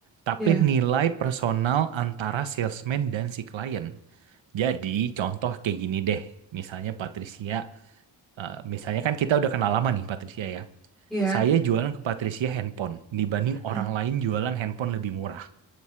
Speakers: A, on the right (about 80°); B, in the centre.
A: tapi
B: iya,
A: nilai personal antara salesman dan si klien. Jadi, contoh kayak gini deh. Misalnya Patricia, eh, misalnya kan kita udah kenal lama nih Patricia ya.
B: iya,
A: Saya jualan ke Patricia handphone dibanding
B: Mm-mm,
A: orang lain jualan handphone lebih murah.